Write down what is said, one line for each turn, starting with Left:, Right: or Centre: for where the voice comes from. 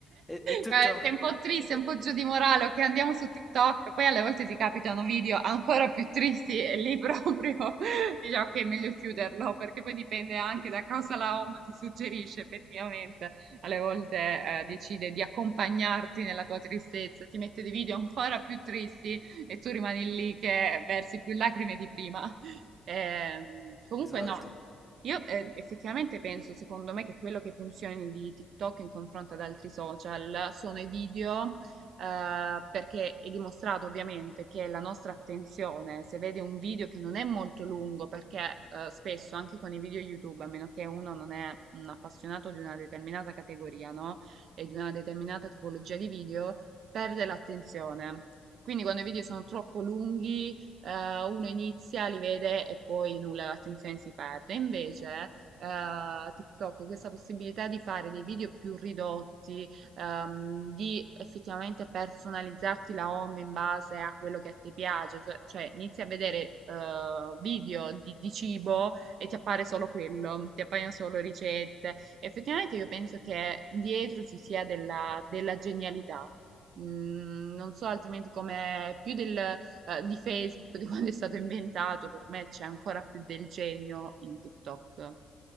Centre: è, è tutto...
Right: Eh, Sei un po' triste,
Centre: è-
Right: un po' giù di morale, ok, andiamo su TikTok. Poi alle volte ti capitano video ancora più tristi e lì <laughs> proprio dici ok, è meglio chiuderlo perché poi dipende anche da cosa la home ti suggerisce effettivamente. Alle volte eh, decide di accompagnarti nella tua tristezza, ti mette dei video ancora più tristi e tu rimani lì che versi più lacrime di prima. Ehm, comunque
Centre: Esatto.
Right: no. Io eh, effettivamente penso, secondo me, che quello che funzioni di TikTok in confronto ad altri social sono i video, eh, perché è dimostrato ovviamente che la nostra attenzione, se vede un video che non è molto lungo, perché eh, spesso anche con i video YouTube, a meno che uno non è un appassionato di una determinata categoria, no? E di una determinata tipologia di video, perde l'attenzione. Quindi quando i video sono troppo lunghi eh, uno inizia, li vede e poi nulla, l'attenzione si perde. Invece, eh, TikTok, questa possibilità di fare dei video più ridotti, ehm, di effettivamente personalizzarti la home in base a quello che a te piace, so- cioè inizi a vedere eh, video di, di cibo e ti appare solo quello, ti appaiono solo ricette. Effettivamente io penso che dietro ci sia della, della genialità. Mm, non so altrimenti come più del, eh, di Facebook, <laughs> di quando è stato inventato, per me c'è ancora più del genio in TikTok.